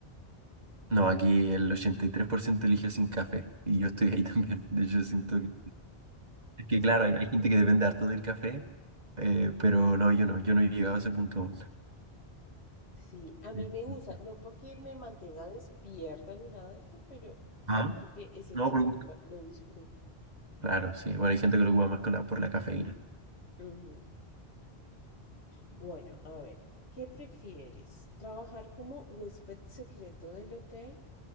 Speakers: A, on the right; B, on the left.
A: no, aquí el 83% eligió sin café y yo estoy ahí también. <laughs> De hecho, siento que... Es que claro, hay, hay gente que depende harto del café, eh, pero no, yo no, yo no he llegado a ese punto aún.
B: Sí, a mí
A: <laughs>
B: me gusta, no porque me mantenga despierta ni nada de esto, pero sí,
A: Ajá.
B: creo que es el
A: No,
B: sabor,
A: por gusto.
B: lo, lo disfruto.
A: Claro, sí. Bueno, hay gente que lo ocupa más con la- por la cafeína.
B: Ujú. Bueno, a ver, ¿qué prefieres? ¿Trabajar como huésped secreto del hotel